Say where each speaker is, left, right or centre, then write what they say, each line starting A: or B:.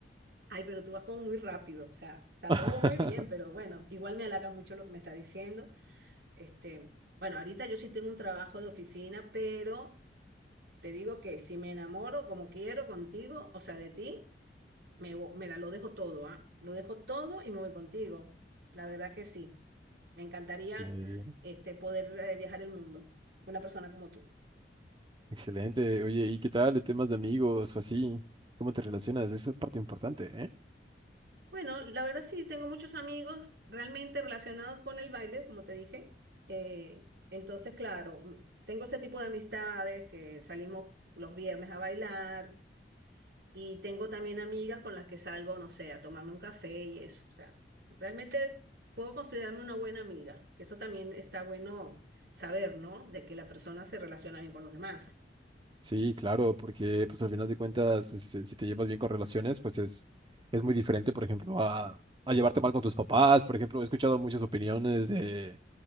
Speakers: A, on the right (about 70°); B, on the right (about 25°).
A: ay, pero tú vas como muy rápido, o sea, está
B: <laughs>
A: todo muy bien, pero bueno, igual me halaga mucho lo que me está diciendo. Este, bueno, ahorita yo sí tengo un trabajo de oficina, pero te digo que si me enamoro como quiero contigo, o sea, de ti, me, vo- me la- lo dejo todo, ¿ah? Lo dejo todo y me voy contigo. La verdad que sí. Me encantaría
B: Que-
A: este, poder eh, viajar el mundo, una persona como tú.
B: Excelente. Oye, ¿y qué tal de temas de amigos o así? ¿Cómo te relacionas? Esa es parte importante, ¿eh?
A: Bueno, la verdad sí, tengo muchos amigos realmente relacionados con el baile, como te dije. Eh, entonces, claro, m- tengo ese tipo de amistades que salimos los viernes a bailar Y tengo también amigas con las que salgo, no sé, a tomarme un café y eso. O sea, realmente puedo considerarme una buena amiga, que eso también está bueno saber, ¿no? De que la persona se relaciona bien con los demás,
B: Sí, claro, porque pues al final de cuentas, este, si te llevas bien con relaciones, pues es, es muy diferente, por ejemplo, a, a llevarte mal con tus papás. Por ejemplo, he escuchado muchas opiniones de,